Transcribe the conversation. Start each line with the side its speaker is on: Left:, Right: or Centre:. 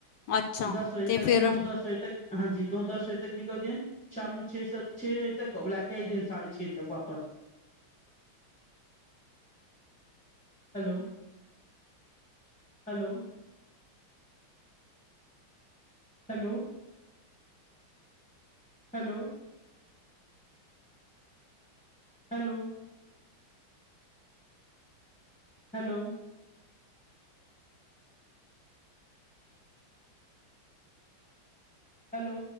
Left: ਅੱਛਾ
Centre: ਦਸ ਵਜੇ
Left: ਤੇ
Centre: ਤੱਕ
Left: ਫਿਰ
Centre: ਨੌ ਦਸ ਵਜੇ ਤੱਕ। ਹਾਂਜੀ ਨੋ- ਦਸ ਵਜੇ ਤੱਕ ਨਿਕਲਦੀਆਂ ਹਨ। ਸ਼ਾਮ ਨੂੰ ਛੇ- ਸਤ ਛੇ ਵਜੇ ਤੱਕ ਲੈ ਕੇ ਆਈ ਦਿ ਹਣ ਸਾਢੇ ਛੇ- ਸੱਤ ਤੱਕ। Hello, hello. Hello, hello. Hello. Hello. Hello.